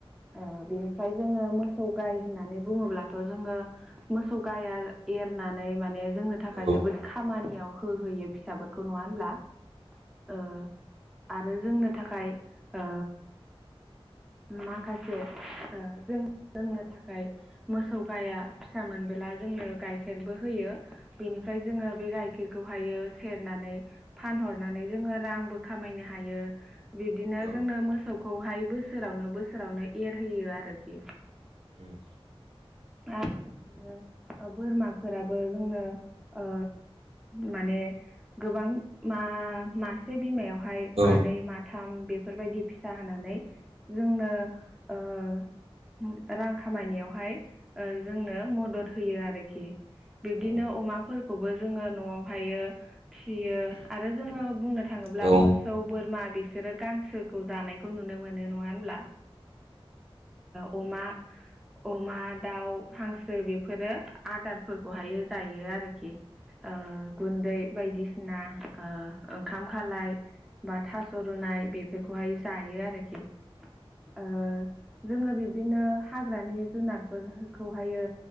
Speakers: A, in the centre; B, on the right.
A: ओ बिनिफ्राय जोङो मोसौ गाय होननानै बुङोब्लाथ' जोङो मोसौ गाइया एरनानै माने जोंनो थाखाय
B: औ
A: जोबोद खामानियाव होहोयो फिसाफोरखौ नङा होनब्ला। ओ आरो जोंनो थाखाय ओ माखासे ओ जों लोंनो थाखाय मोसौ गाइया फिसा मोनबोला जोंनो गाइखेरबो होयो बेनिफ्राय जोङो बे गाइखेरखौहायो सेरना नै फानहरनानै जोङो रांबो खामायनो हायो। बिब्दिनो
B: औ
A: जोंनो मोसौखौहाय बोसोरावनो बोसोरावनो एरहोयो आरोखि।
B: उम
A: आ बिदिनो ओ बोरमाफोराबो जोंनो ओ माने गोबां मा-मासे बिमायावहाय
B: औ
A: मानै माथाम बे फोरबायदि फिसा होनानै जोंनो ओ उम रां खामायनायावहाय ओ जोंनो मदद होयो आरोखि। बिब्दिनो
B: औ
A: अमाफोरखौबो जोङो न'आवहायो फियो आरो जोङो बुंनो थाङोब्ला
B: औ उम औ उम औ
A: मोसौ बोरमा बिसोरो गांसोखौ जानायखौ नुनो मोनो नङा होनब्ला? ओ अमा अमा दाउ हांसो बेफोरो आदारफोरखौहायो जायो आरोखि। ओ गुन्दै बायदिसिना ओ ओंखाम खालाय बा थास' रुना नाय बेफोरखौहाय जायो आरोखि। ओ जोङो बिब्दिनो हाग्रानि जुनारफोर खौहायो